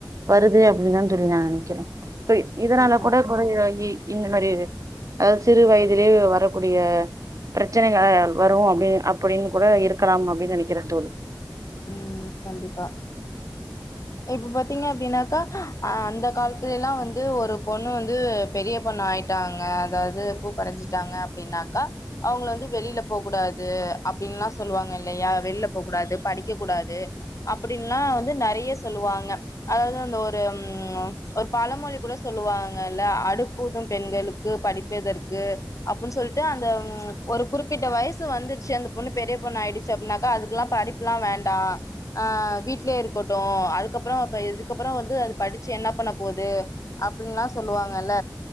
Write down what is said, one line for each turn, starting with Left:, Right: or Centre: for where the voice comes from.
Right: வருது அப்டினு தா சொல்லி நா நெனைக்கறே க்கு இதனால
Left: ஆமா
Right: கூட கொஞ்ச இ இந்த மாரி இது அதாது சிறு வயதிலே வரக்கூடிய பிரச்சனைகள் வரும் அப்டினு அப்படின்னு கூட இருக்கலாம் அப்டின்னு நெனைக்கிறே தோழி
Left: உம் கண்டிப்பா இப்ப பாத்தீங்க அப்டின்னாக்கா அஹ் அந்த கால த்துலலா வந்து ஒரு பொண்ணு வந்து பெரிய பொண்ணு ஆயிட்டாங்க அதாவது பூப்படஞ்சுட்டாங்க அப்டின்னாக்கா அவங்கள வந்து வெளில போக்கூடாது அப்டின்லா சொல்லுவாங்க இல்லையா வெள்ல போக்கூடாது படிக்க கூடாது அப்டின்ல்லா து நெறைய சொல்லுவாங்க அதாவது அந்த ஒரு ம் ஒரு பழமொழி கூட சொல்லுவாங்கல்ல அடுப்பு ஊதும் பெண்களுக்கு படிப்பு எதற்கு அப்புன் சொல்ட்டு அந்த ம் ஒரு குறிப்பிட்ட வயசு வந்துருச்சு அந்த பொண்ணு பெரிய பொண்ணாயிடுச்சு அப்டினாக்கா அதுக்குலா படிப் புல்லா வேண்டா அஹ் வீட்லே இருக்கட்டு அதுக்கப்பறோ அப்ப இதுக்கப்பறோ வந்து அது படிச்சு என்னா பண்ண போது அப்பின்ல்லா சொல்லுவாங்கல்ல